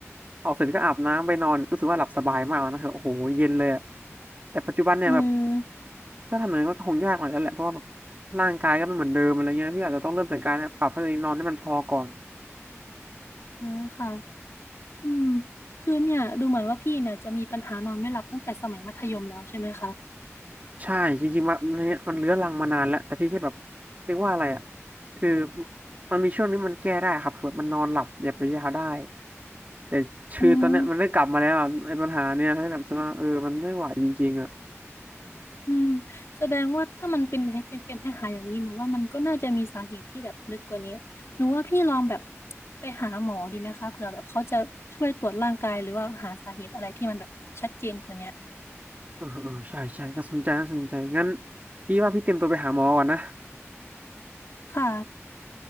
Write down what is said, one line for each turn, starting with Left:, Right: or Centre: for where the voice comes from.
Right: ออกเสร็จก็อาบน้ำไปนอนรู้สึกว่าหลับสบายมากแล้วนะครับโอ้โหเย็นเลยอะแต่ปัจจุบันเนี่ยแบบ
Left: อืม
Right: ถ้าทำอย่างนั้นก็คงยากหน่อยแล้วแหละเพราะว่าแบบร่างกายก็ไม่เหมือนเดิมอะไรเงี้ยพี่อาจจะต้องเริ่มจากการปรับให้ตัวเองนอนให้มันพอก่อน
Left: อืมค่ะอืมคือเนี่ยดูเหมือนว่าพี่เนี่ยจะมีปัญหานอนไม่หลับตั้งแต่สมัยมัธยมแล้วใช่ไหมคะ
Right: ใช่จริงๆมันเนี่ยมันเรื้อรังมานานแล้วแต่พี่แค่แบบเรียกว่าอะไรอ่ะคือมันมีช่วงนี้มันแก้ได้ครับคือแบบมันนอนหลับหยับยาวๆได้แต่ชื่อตอนเนี้ยมันได้กลับมาแล้วอะไอ้ปัญหาเนี่ยให้แบบว่าเออมันไม่ไหวจริงๆอ่ะ
Left: อืม อืมแสดงว่าถ้ามันเป็นเป็นเป็นให้หายๆอย่างนี้หนูว่ามันก็น่าจะมีสาเหตุที่แบบลึกกว่านี้หนูว่าพี่ลองแบบไปหาหมอดีไหมคะเผื่อแบบเขาจะช่วยตรวจร่างกายหรือว่าหาสาเหตุอะไรที่มันแบบชัดเจนกว่านี้
Right: เออเออใช่ใช่น่าสนใจน่าสนใจงั้นพี่ว่าพี่เตรียมตัวไปหาหมอก่อนนะ
Left: ค่ะ